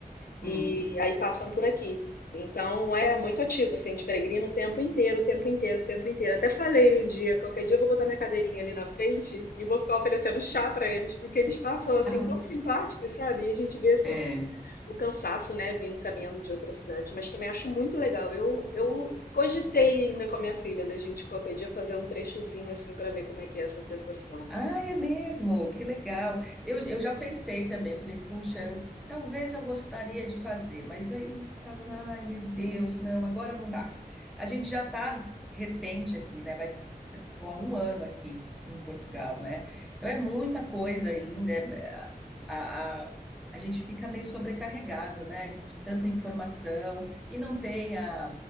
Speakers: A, on the left (about 75°); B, in the centre.
A: e
B: Hum,
A: aí passam por aqui. Então é muito ativo, assim, de peregrino o tempo inteiro, o tempo inteiro, o tempo inteiro. Até falei um dia, qualquer dia eu vou botar minha cadeirinha ali na frente e vou ficar oferecendo chá para eles, porque eles passam assim
B: Ah,
A: tão simpáticos, sabe? E a gente vê assim
B: é.
A: o cansaço, né, vindo caminhando de outras cidades. Mas também acho muito legal. Eu eu cogitei ainda com a minha filha da gente qualquer dia fazer um trechozinho assim para ver como é que é essa sensação.
B: Ah, é mesmo, que legal. Eu, eu já pensei também, eu falei, puxa, eu, talvez eu gostaria de fazer, mas aí falo, ai meu Deus, não, agora não dá. A gente já está recente aqui, né? Vai, eu estou há um ano aqui em Portugal, né? Então é muita coisa ainda. é- é- a, a, a gente fica meio sobrecarregado, né? De tanta informação e não tem a,